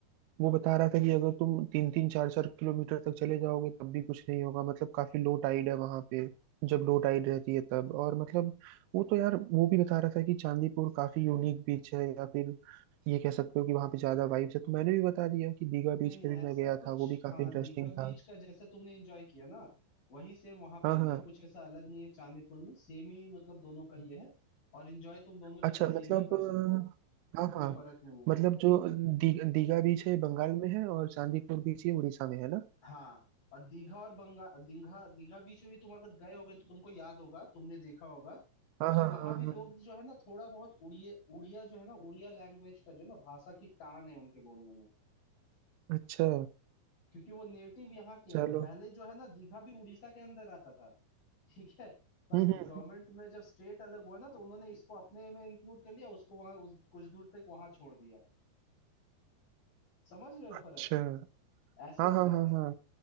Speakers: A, on the right; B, on the left.
A: वो बता रहा था कि अगर तुम तीन तीन चार चार किलोमीटर तक चले जाओगे तब भी कुछ नहीं होगा मतलब काफी लो टाइड है वहां पे जब लो टाइड रहती है तब और मतलब वो तो यार वो भी बता रहा था कि चांदीपुर काफी यूनिक बीच है या फिर ये कह सकते हो कि वहां पे ज्यादा वाइब्स है तो मैंने भी बता दिया कि दीघा बीच
B: नहीं नहीं
A: पे
B: ऐसा
A: भी मैं गया
B: कुछ
A: था वो भी काफी
B: हाँ
A: इंटरेस्टिंग
B: दीघा
A: था
B: बीच का जैसा तुमने एंजॉय किया ना वही सेम वहां पे
A: हाँ हाँ
B: भी है कुछ ऐसा अलग नहीं है चांदीपुर में सेम ही मतलब दोनों का ये है और एंजॉय तुम दोनों
A: अच्छा
B: जगह
A: मतलब
B: सेम ही कर
A: अ,
B: सकते हो
A: हाँ
B: कोई
A: हाँ
B: फर्क नहीं है
A: मतलब जो दी, दीघा बीच है बंगाल में है और चांदीपुर बीच ये उड़ीसा में है ना
B: हाँ और दीघा और बंगा दीघा दीघा बीच में भी तुम अगर गए होगे तो तुमको याद होगा तुमने देखा होगा
A: हाँ
B: कि
A: हाँ
B: वहां
A: हाँ
B: भी लोग
A: हाँ
B: जो है ना थोड़ा बहुत उड़िया उड़िया जो है ना उड़िया लैंग्वेज का जो है ना भाषा की टान है उनके बोलने में
A: अच्छा
B: क्योंकि वो नेटिव यहाँ के हैं
A: चलो
B: पहले जो है ना दीघा भी उड़ीसा के अंदर आता था ठीक है पर
A: हम्म
B: गवर्नमेंट
A: हम्म
B: में जब स्टेट अलग हुआ ना तो उन्होंने इसको अपने में इंक्लूड कर लिया उसको वहां उस, कुछ दूर तक वहां छोड़ दिया समझ रहे हो
A: अच्छा
B: फर्क ऐसे
A: हाँ
B: हुआ
A: हाँ हाँ
B: था
A: हाँ